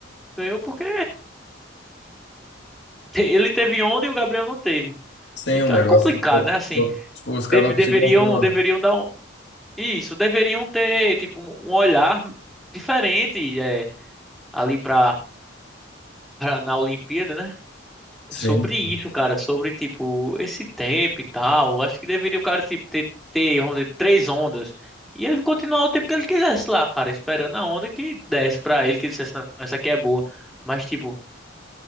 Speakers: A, in the centre; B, on the left.
A: Ganhou porque te- ele teve onda e o Gabriel não teve.
B: Sim,
A: Então
B: o negócio.
A: é complicado,
B: pô,
A: né? Assim,
B: pô, Tipo, os caras
A: deve-
B: não
A: deveriam,
B: conseguem controlar.
A: deveriam dar um, isso, deveriam ter tipo um um olhar diferente é, ali para na Olimpíada, né? É
B: Sim.
A: Sobre isso, cara, sobre tipo esse tempo e tal. Acho que deveria o cara tipo, ter, ter, vamos dizer, três ondas e ele continuar o tempo que ele quisesse lá, cara, esperando a onda que desse pra ele, que ele dissesse, não, essa aqui é boa. Mas tipo